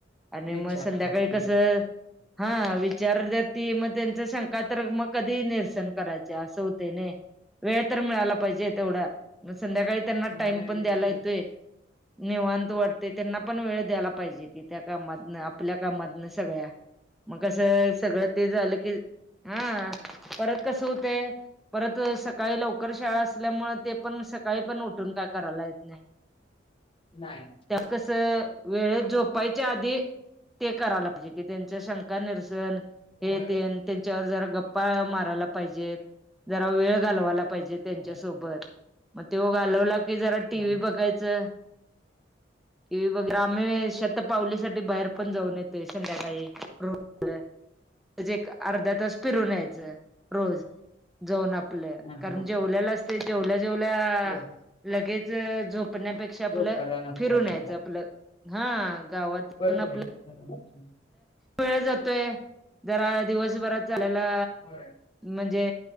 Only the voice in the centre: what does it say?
आणि
मग संध्याकाळी
कसं हा विचारत्याती मग त्यांच शंक तर मग कधी निरसन करायचे असं होतंय नी वेळ तर मिळाला पाहिजे तेवढा संध्याकाळी त्यांना टाइम
पण
द्यायला
येतोय. निवांत वाटतंय त्यांना पण वेळ द्यायला पाहिजे की त्या कामातन आपल्या कामातन सगळ्या मग असं सगळं ते झालं की हा. परत कस होते. परत सकाळी लवकर शाळा असल्यामुळे ते पण सकाळी पण उठून काय करायला येत नाही.
कस वेळ झोपायच्या आधी ते करायला पाहिजे की त्यांच शंका निरसन हे
ते त्यांच्यावर जरा गप्पा मारायला पाहिजेत जरा वेळ घालवायला जे त्यांच्या
सोबत मग ते घालवला की जरा टीव्ही
बघायचं टी व् वगैरे आम्ही शेत पावलीसाठीठी बाहेर पण जाऊन येतोय संध्याकाळी रोज त एक अर्धा तास फिरून यायचं रोज जाऊन आपलं
कारण
जेवल्याला असते जेवल्या जेवल्या
लगेच झोपण्यापेक्षा आपलं
फिरून
न यायचं आपलं हा गावात जाऊन
आपला
वेळ जातोय जरा दिवसभरात चालेला
म्हणजे